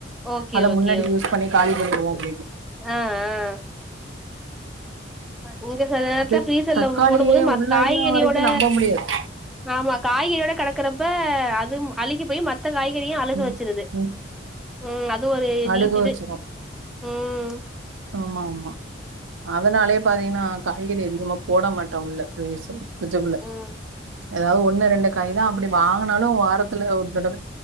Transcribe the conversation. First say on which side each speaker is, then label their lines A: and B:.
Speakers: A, in the centre; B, on the right.
A: ஓகே
B: அத
A: ஓகே
B: முன்னாடி
A: ஓகே
B: யூஸ் பண்ணி காலி பண்ணிர்வோ அப்டினு
A: ஆ ஆ இங்க சில நேரத்துல
B: அது
A: ஃப்ரீசர்ல
B: தக்காளியே
A: போடும் போது மத்
B: உள்ளயு
A: காய்கறியோட
B: வரைக்கு நம்ப முடியாது
A: ஆமா காய்கறியோட கடக்கறப்ப அதுவு அழுகி போய் மத் த காய்கறியு அழுக
B: ம்
A: வச்சிருது
B: ம்
A: ம் அது ஒரு
B: அழுக
A: நீசுது
B: வச்சிரு
A: ம்
B: ஆமா ஆமா அதனாலேயே பாத்தீங்கன்னா காய்கறி அதிகமா போட மாட்டோ உள்ள ப்ரஸுல பிர்ச்சுகுள்ள
A: ம்
B: ஏதாவது ஒண்ணு ரெண்டு காய் தா அப்டி வாங்கினாலு வாரத்துல ஒரு தடவ